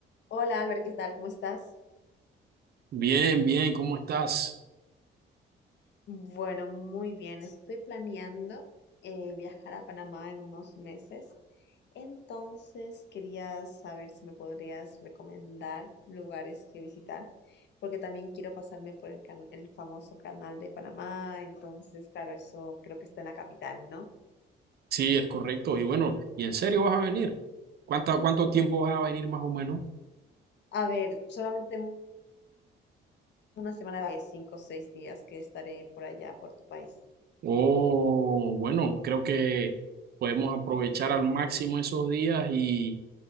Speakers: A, on the left (about 60°); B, on the right (about 55°).
A: Hola Albert, ¿qué tal? ¿Cómo estás?
B: Bien, bien, ¿cómo estás?
A: Bueno, muy bien. Estoy planeando eh, viajar a Panamá en unos meses. Entonces, quería saber si me podrías recomendar lugares que visitar, porque también quiero pasarme por el, can- el famoso canal de Panamá. Entonces, claro, eso creo que está en la capital, ¿no?
B: Sí, es correcto. Y bueno, ¿y en serio vas a venir? ¿Cuánto, cuánto tiempo vas a venir más o menos?
A: A ver, solamente tengo una semana de cinco o seis días que estaré por allá, por tu país.
B: Oh, bueno, creo que podemos aprovechar al máximo esos días y